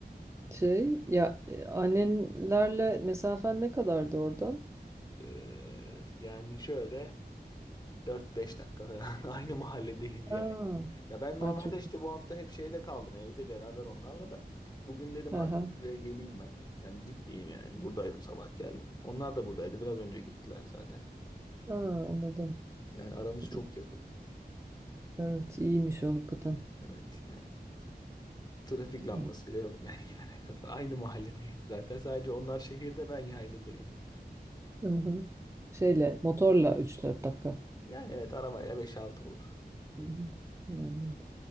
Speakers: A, on the right (about 15°); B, on the left (about 25°).
A: Şey ya e, annenlerle mesafen ne kadardı oradan?
B: Ee, yani şöyle dört beş dakika falan <laughs> aynı mahalledeyiz
A: Aa,
B: yani. Ya ben normalde
A: ay çok.
B: işte bu hafta hep şeyde kaldım evde beraber onlarla da. Bugün dedim
A: Hı
B: artık
A: hı.
B: buraya geleyim ben. Yani gitmeyeyim yani. Buradaydım sabah geldim. Onlar da buradaydı. Biraz önce gittiler zaten.
A: Aa, anladım.
B: Yani aramız çok
A: İyi.
B: yakın.
A: Evet iyiymiş o hakikaten.
B: Evet yani. Trafik lambası
A: İyi.
B: bile yok yani <laughs> gidene kadar. Aynı mahalledeyiz zaten. Sadece onlar şehirde ben yaylıdayım.
A: Hı hı. Şeyle motorla üç dört dakika.
B: Yani evet arabayla beş altı olur.
A: Hı hı. Anladım.